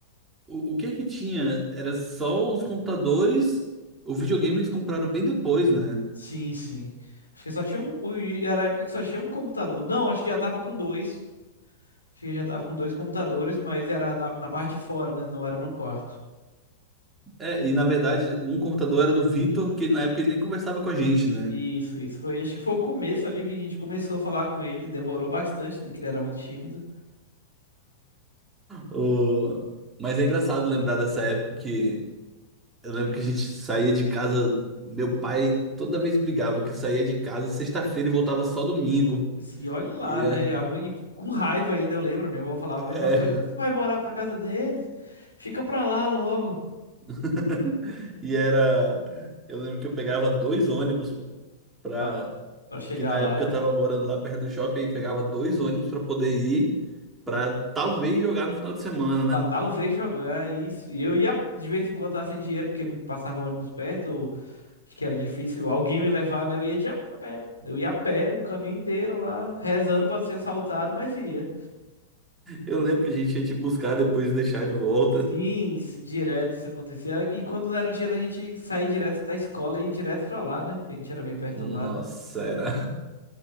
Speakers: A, on the right; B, on the left.
A: o, o que é que tinha? Era só os computadores, o videogame eles compraram bem depois, né?
B: Sim, sim. Acho que só tinha um. o- e Era a época que só tinha um computador. Não, acho que já tava com dois. Acho que já tava com dois computadores, mas era na, na parte de fora, né? Não era no quarto.
A: É, e na verdade, um computador era do Vitor, que na época ele nem conversava com a gente, né?
B: Isso, isso. Foi, acho que foi o começo ali que a gente começou a falar com ele. Demorou bastante, né? Que ele era muito tímido.
A: O, mas é engraçado lembrar dessa época que. Eu lembro que a gente saía de casa. Meu pai toda vez brigava que eu saía de casa sexta-feira e voltava só domingo.
B: E se olha lá,
A: E, é,
B: né? agu- e com raiva ainda, eu lembro. Minha avó falava a mesma
A: é,
B: coisa. Tu vai morar pra casa deles? Fica pra lá logo.
A: <laughs> e era. Eu lembro que eu pegava dois ônibus, pô, pra,
B: Pra, pra chegar
A: que na
B: lá,
A: época
B: né?
A: eu tava morando lá perto do shopping e pegava dois ônibus pra poder ir, pra talvez jogar no final de semana,
B: Pra
A: né?
B: talvez jogar isso. E eu ia de vez em quando tava sem dinheiro, porque não passava ônibus perto. Ou acho que era difícil alguém me levar, né? Eu ia de a pé. pô. Eu ia a pé o caminho inteiro lá, rezando pra não ser assaltado, mas ia.
A: Eu lembro que a gente ia te buscar depois de deixar de volta.
B: Sim, isso- direto isso acontecia. E quando era o dia da gente sair direto da escola e ir direto pra lá, né? Que a gente era meio perturbado.
A: Nossa, era.